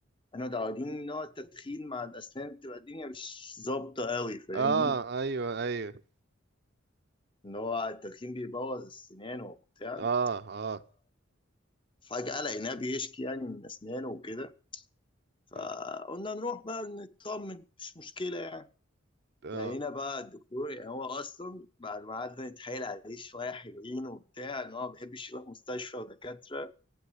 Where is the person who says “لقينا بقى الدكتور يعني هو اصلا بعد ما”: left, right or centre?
Left